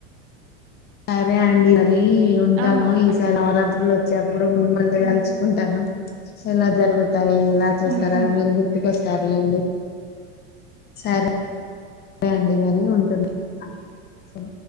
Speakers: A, on the left; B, on the right.
A: సరే అండి మరి ఉంటాను
B: ఆ
A: ఈసారి
B: అంటే
A: నవరాత్రులు వచ్చేప్పుడు మూడు మంది
B: ఉమ్.
A: కలుసుకుంటాను ఎలా జరుగుతాయి ఎలా చూస్తార
B: ఆహా.
A: అని మీరు గుర్తుకొస్తారులేండి సరే
B: ఆ
A: రే అండి మరి ఉంటూ న
B: ఉమ్.